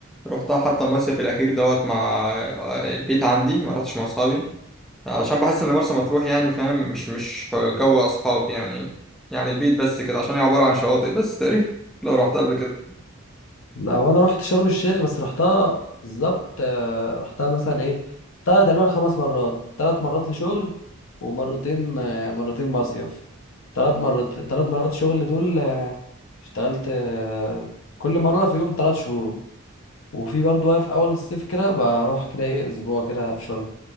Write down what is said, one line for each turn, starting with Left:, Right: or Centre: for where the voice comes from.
Centre: رحتها حتى المصيف الاخير دوت مع آه، البيت عندي ما رحتش مع اصحابي عشان بحس ان مرسى مطروح يعني فاهم مش مش جو اصحاب يعني يعني البيت بس كده عشان هي عباره عن شواطئ بس <laughs> تقريبا لو رحتها قبل كده
Left: لا هو انا رحت شرم الشيخ بس رحتها بالظبط آه، رحتها مثلا ايه رحتها تقريبا خمس مرات ثلاث مرات لشغل ومرتين آه، مرتين مصيف ثلاث مرات ثلاث مرات شغل دول آه، اشتغلت آه، كل مره في يوم ثلاث شهور وفي برضه بقى في اول الصيف كده بروح كده ايه اسبوع كده في شرم